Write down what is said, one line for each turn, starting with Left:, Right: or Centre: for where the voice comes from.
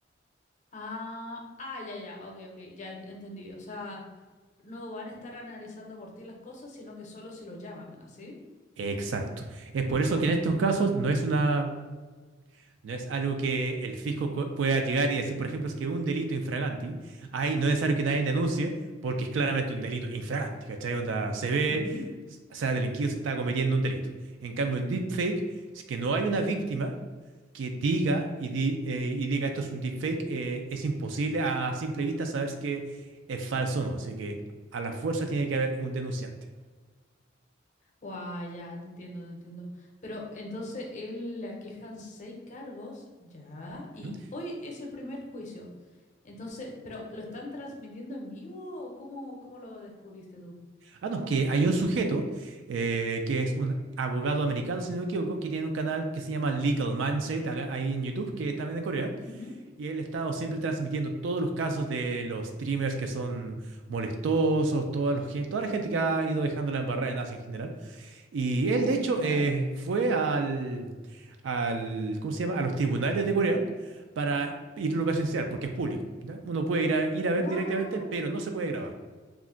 Left: Ah, ah, ya, ya, ok, ok, ya en- entendí. O sea, no van a estar analizando por ti las cosas, sino que solo si los llaman, ¿así?
Right: Exacto. Es por eso que en estos
Left: Ya.
Right: casos no es una No es algo que el fisco co- pueda llegar y decir, por ejemplo, es que un delito infraganti, ahí no es necesario que nadie denuncie porque es claramente un delito infraganti, ¿cachai? Onda se ve,
Left: Ujú.
Right: s- o sea, el delinquido está cometiendo un delito. En cambio, en deepfake, si que no hay una víctima que diga y, di- eh, y diga esto es un deepfake, eh, es imposible a simple vista saber si que es falso o no. Así que a la fuerza tiene que haber un denunciante.
Left: Guau, ya, te entiendo, te entiendo. Pero entonces él le aquejan seis cargos, ya, y
Right: ¿Mm?
Left: hoy es el primer juicio. Entonces, ¿pero lo están transmitiendo en vivo o cómo, cómo lo descubriste tú?
Right: Ah, no, que hay un sujeto eh, que es un abogado americano, si no me equivoco, que tiene un canal que se llama Legal Mindset, acá- ahí en YouTube, que está también en Corea,
Left: Ujú.
Right: y él ha estado siempre transmitiendo todos los casos de los streamers que son molestosos, toda, los gen- toda la gente que ha ido dejando la embarrada en Asia en general. Y él,
Left: Uf,
Right: de hecho,
Left: ya.
Right: eh, fue al, al, ¿cómo se llama? A los tribunales de Corea para irlo a presenciar, porque es público, ¿ya? Uno puede ir a, ir a ver
Left: ¡Guau!
Right: directamente, pero no se puede grabar.